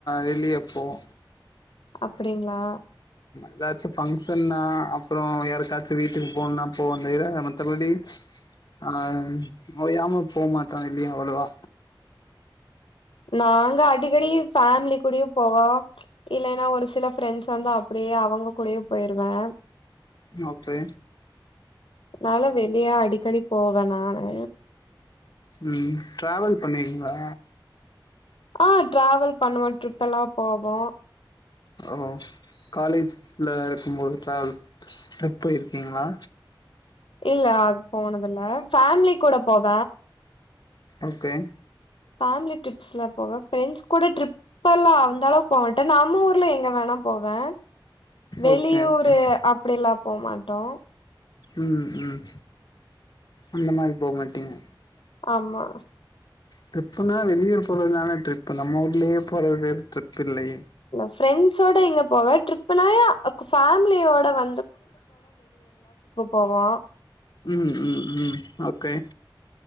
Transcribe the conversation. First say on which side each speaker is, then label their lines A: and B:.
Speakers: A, on the left; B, on the left.
A: வெளிய போவொ
B: அப்பிடிங்ளா
A: எதாச்சு பங்க்ஷன்னா அப்றொ யாருக்காச்சு வீட்டுக்கு போன்னா போவொந்தவிர மத்தபடி ஆனா ஓயாம போமாட்றொ வெளிய அவ்ளவா
B: நாங்க அடிக்கடி ஃபேமிலி கூடயு போவோ இல்லைன்னா ஒரு சில ஃப்ரெண்ட்ஸ் வந்து அப்டியே அவுங்க கூடயு போய்ருவே
A: ஓகே
B: நாலா வெளிய அடிக்கடி போவ நானு
A: ம் ட்ராவல் பண்ணுவிங்ளா?
B: ஆ ட்ராவல் பண்ணுவொ ட்ரிப் எல்லா போவோ
A: ஓ காலேஜ்ல இருக்கும்போது ட்ராவல் ட்ரிப் போயிருக்கீங்ளா?
B: இல்ல அது போனதுல்ல ஃபேமிலி கூட போவ
A: ஓகே
B: ஃபேமிலி ட்ரிப்ஸ்லா போவ ஃப்ரெண்ட்ஸ் கூட ட்ரிப்பல்லா அந் த அளவுக் போமாட்டே நம்ம ஊர்ல எங்க வேணா போவே வெளியூரு
A: ஓகே ஓகே
B: அப்டில்லா போமாட்டோ
A: ம் ம் அந்த மாரி போமாட்டீங்க
B: ஆமா
A: ட்ரிப்புனா வெளியூர் போறதுதான ட்ரிப்பு நம்ம ஊர்லயே போறது பேர் ட்ரிப் பில்லயே
B: ஃப்ரெண்ஸோட எங்க போவ ட்ரிப்புன்னாயா ஃபேம்லியோட வ போவோ
A: ம் ம் ம் ஓகே